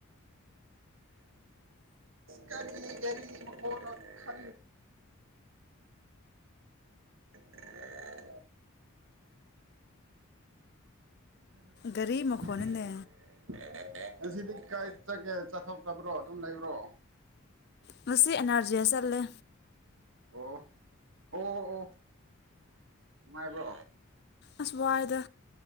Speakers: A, on the right; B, on the left.
A: ꯀꯔꯤ ꯀꯔꯤ ꯃꯈꯅꯣ ꯈ <inaudible> <inaudible>
B: ꯒꯥꯔꯤ ꯃꯈꯣꯟꯅꯤꯅꯦ
A: ꯉꯁꯤꯗꯤ ꯀꯥꯏ ꯆꯠꯒꯦ ꯆꯠꯊꯣꯛꯇꯕ꯭ꯔꯣ ꯑꯗꯨꯝ ꯂꯩꯕ꯭ꯔꯣ
B: ꯉꯁꯤ ꯑꯦꯅꯥꯔꯖꯤꯗ ꯆꯠꯂꯦ
A: ꯑꯣ ꯑꯣ ꯑꯣ ꯅꯨꯡꯉꯥꯏꯕ꯭ꯔꯣ
B: ꯑꯁꯋꯥꯏꯗ